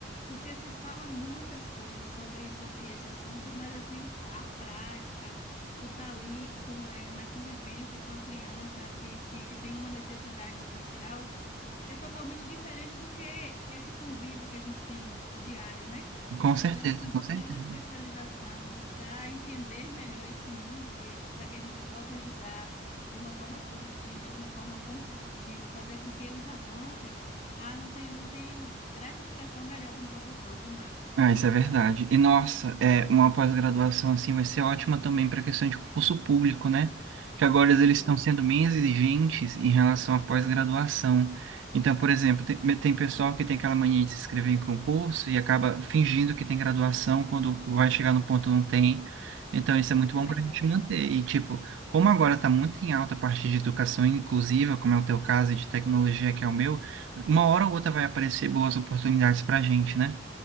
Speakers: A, on the left; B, on the right.
A: porque se fala muitas coisas sobre, sobre esse assunto, mas assim, o- a prática, o estar ali com, eh, na convivência com a criança que, que, que tem uma necessidade especial é totalmente diferente do que esse convívio que a gente tem diário, né?
B: Com certeza,
A: Então, assim, buscar
B: com certeza.
A: uma especialização, buscar entender melhor esse mundo deles, para que a gente possa ajudar de uma forma produtiva, de uma forma construtiva, fazer com que eles avancem. Ah, não tem, não tem gratificação melhor para um professor, viu, Marcos?
B: Ah, isso é verdade. E nossa, é uma pós-graduação assim vai ser ótima também para a questão de concurso público, né? Que agora eles
A: Isso,
B: estão sendo bem exigentes em relação à pós-graduação. Então, por exemplo, tem, tem pessoal que tem aquela mania de se inscrever em concurso e acaba fingindo que tem graduação quando vai chegar no ponto não tem. Então, isso é muito
A: é
B: bom
A: verdade.
B: para a gente manter. E, tipo, como agora está muito em alta a parte de educação inclusiva, como é o teu caso, e de tecnologia, que é o meu, uma hora ou outra vai aparecer boas oportunidades para a gente, né?